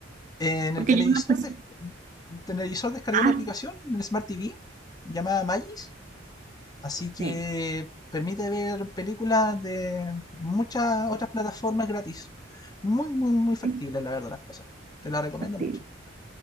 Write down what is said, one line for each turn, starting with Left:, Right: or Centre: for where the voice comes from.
Left: En
Right: Porque
Left: el televisor,
Right: yo no, pues,
Left: des- en el televisor descargué
Right: ah,
Left: una aplicación, en el Smart TV, llamada Magis, Así que
Right: sí,
Left: permite ver películas de muchas otras plataformas gratis. Muy, muy, muy factible,
Right: sí,
Left: la verdad, las cosas. Te la recomiendo
Right: sí.
Left: mucho.